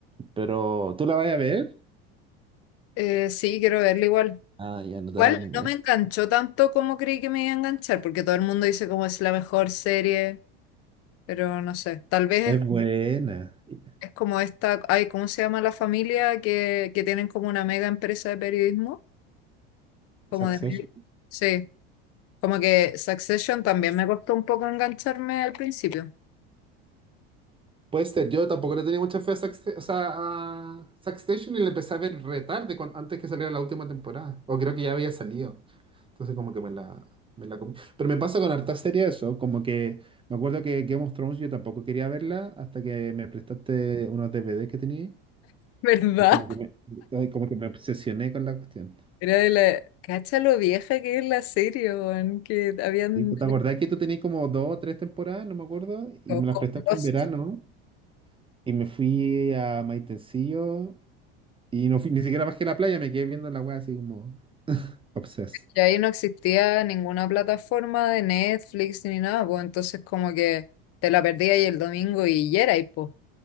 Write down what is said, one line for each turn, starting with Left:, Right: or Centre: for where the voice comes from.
Right: pero ¿tú la vas a ver?
Left: Eh, sí, quiero verla igual.
Right: Ah, ya no te
Left: Igual
Right: da ninguna.
Left: no me enganchó tanto como creí que me iba a enganchar, porque todo el mundo dice como es la mejor serie, pero no sé. Tal vez
Right: Es
Left: es,
Right: buena. Y-
Left: es como esta, ay, ¿cómo se llama la familia que, que tienen como una mega empresa de periodismo? Como
Right: Succession.
Left: de medio. Sí, como que Succession también me costó un poco engancharme al principio.
Right: Puede ser, yo tampoco le tenía mucha fe a, Succe- o sea, a Succession y la empecé a ver re tarde, cuan- antes que saliera la última temporada. O creo que ya había salido. Entonces como que me la, me la comí. Pero me pasa con harta serie eso, como que me acuerdo que Game of Thrones yo tampoco quería verla hasta que me prestaste unos DVD que tenía
Left: <laughs> ¿Verdad?
Right: y como que me, ay, como que me obsesioné con la cuestión.
Left: Era de la... Cacha lo vieja que es la serie, weón, que habían...
Right: Sí, pues, ¿Te acordás que tú tenías como dos o tres temporadas, no me acuerdo, y
Left: o
Right: me
Left: con
Right: las prestaste
Left: Lost.
Right: un verano y me fui a Maitencillo y no fui, ni siquiera bajé a la playa, me quedé viendo la weá así como obsessed.
Left: Y ahí no existía ninguna plataforma de Netflix ni nada, pues entonces como que te la perdías y el domingo y ya era, y pues,